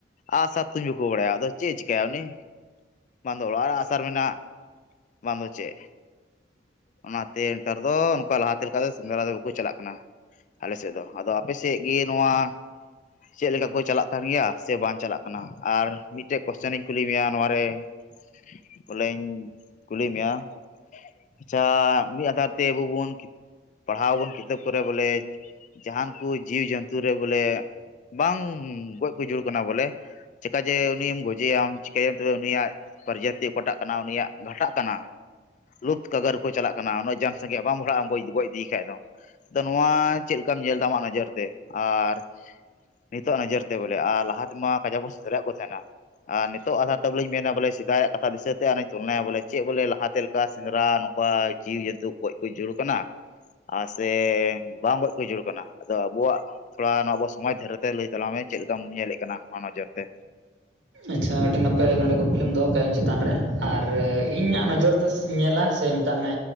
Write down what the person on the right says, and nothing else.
ᱟᱪᱪᱷᱟ ᱟᱹᱰᱤ ᱱᱟᱯᱟᱭ ᱱᱚᱰᱮ ᱠᱩᱠᱞᱤᱢ ᱫᱚᱦᱚ ᱠᱟᱜ-ᱟ, ᱤᱧ ᱪᱮᱛᱟᱱ ᱨᱮ ᱟᱨ ᱤᱧᱟᱹᱜ ᱱᱚᱡᱚᱨ ᱛᱮᱧ ᱧᱮᱞᱟ ᱥᱮ, ᱢᱮᱛᱟᱜ ᱢᱮ